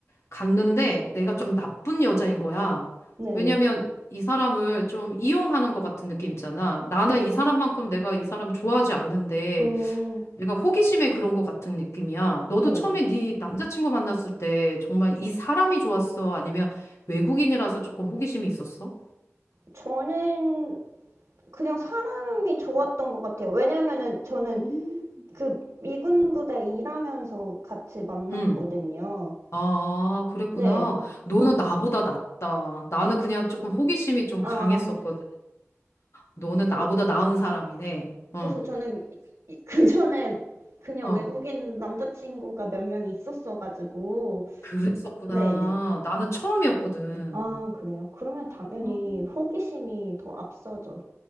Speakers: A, on the left; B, on the right.
A: 갔는데 내가 좀 나쁜 여자인 거야.
B: 네네.
A: 왜냐면 이 사람을 좀 이용하는 것 같은 느낌 있잖아. 나는 이 사람만큼 내가 이 사람 좋아하지 않는데
B: 음,
A: 내가 호기심에 그런 것 같은 느낌이야. 너도
B: 네네.
A: 처음에 네 남자친구 만났을 때 정말 이 사람이 좋았어? 아니면 외국인이라서 조금 호기심이 있었어?
B: 저는 그냥 사람이 좋았던 것 같아요. 왜냐면은 저는
A: 음.
B: 그 미군 부대 일하면서 같이 만났거든요.
A: 응. 아, 그랬구나.
B: 네.
A: 너는 나보다 낫다. 나는 그냥 조금 호기심이 좀
B: 아,
A: 강했었거든. 너는
B: 그,
A: 나보다 나은 사람이네. 응.
B: 그래서 저는 이- 그 전에 그냥
A: 어.
B: 외국인 남자친구가 몇 명 있었어가지고,
A: 그랬었구나.
B: 네네.
A: 나는 처음이었거든.
B: 아 그래요? 그러면 당연히
A: 아,
B: 호기심이 더 앞서죠.